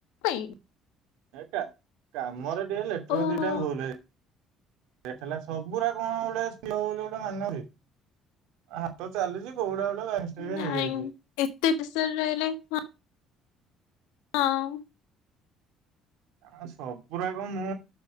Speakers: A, on the left; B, on the right.
A: <unintelligible>
B: <unintelligible> କାମରେ ଟିକେ ଲେଟର
A: ଓହୋ
B: ଦିଟା ଭୁଲ୍ ହେଇ ଯାଇଥିଲା। ସବୁରା କଣ ଗୋଟେ <unintelligible> ବୋଲି ଗୋଟେ ମାନେ ଅଛି। ହାତ ଚାଲିଛି କୋଉଟା ଗୋଟେ ବାଇମିଷ୍ଟେକରେ
A: ନାଇଁ
B: ହେଇଯାଇଛି।
A: ଏତେ ବିଷରେ ରହିଲେ ହଁ। ହଁ।
B: ଆ ସବୁୁ ରାକ ମୁଁ